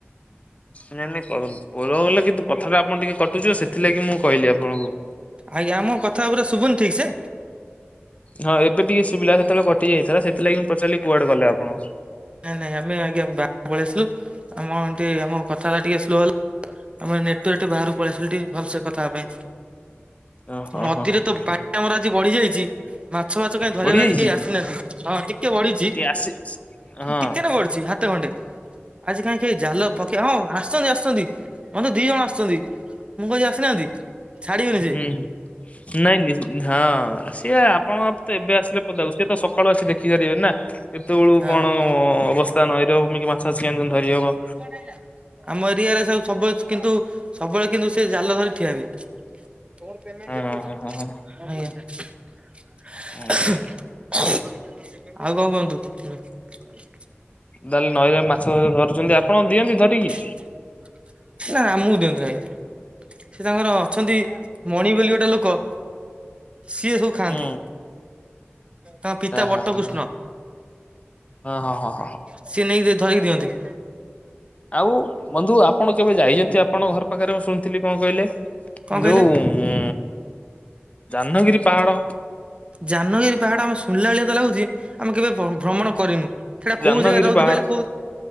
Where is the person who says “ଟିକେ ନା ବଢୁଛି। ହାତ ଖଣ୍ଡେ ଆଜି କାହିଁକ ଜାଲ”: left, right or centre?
Right